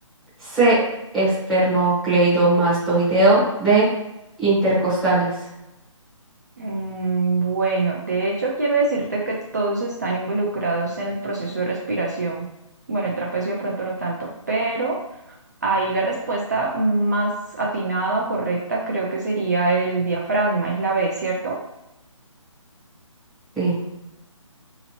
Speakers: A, in the centre; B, on the right.
A: C. Esternocleidomastoideo. D. Intercostales.
B: Mm, Bueno, de hecho quiero decirte que todos están involucrados en el proceso de respiración. Bueno, el trapecio de pronto no tanto, pero ahí la respuesta más atinada o correcta creo que sería el diafragma, es la B, ¿cierto?
A: Sí,